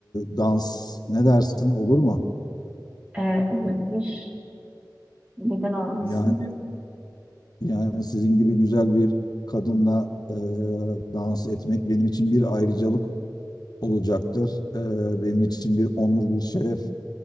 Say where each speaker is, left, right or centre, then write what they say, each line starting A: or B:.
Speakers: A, on the left; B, on the right.
A: dans ne dersin olur mu?
B: E, olabilir. Neden olmasın?
A: Yani yani sizin gibi güzel bir kadınla e, dans etmek benim için bir ayrıcalık olacaktır. E, benim için bir onur, bir şeref